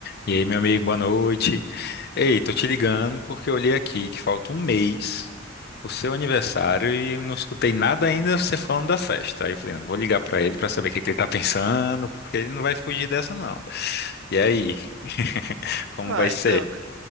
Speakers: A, on the left; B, on the right.
A: E aí, meu amigo, boa noite. Ei, tô te ligando porque eu olhei aqui que falta um mês pro seu aniversário e eu não escutei nada ainda você falando da festa. Aí eu falei, não, vou ligar pra ele pra saber o que que ele tá pensando, porque ele não vai fugir dessa, não. E aí, <laughs> como
B: Ah,
A: vai ser?
B: então, ca-